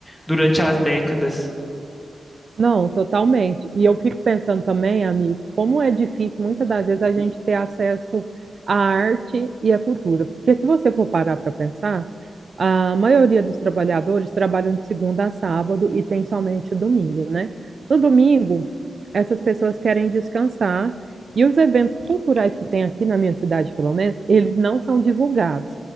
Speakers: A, in the centre; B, on the right.
A: durante as décadas.
B: Não, totalmente. E eu fico pensando também, amigo, como é difícil muitas das vezes a gente ter acesso à arte e à cultura. Porque se você for parar para pensar, a maioria dos trabalhadores trabalham de segunda a sábado e tem somente o domingo, né? No domingo, essas pessoas querem descansar e os eventos culturais que tem aqui na minha cidade, pelo menos, eles não são divulgados.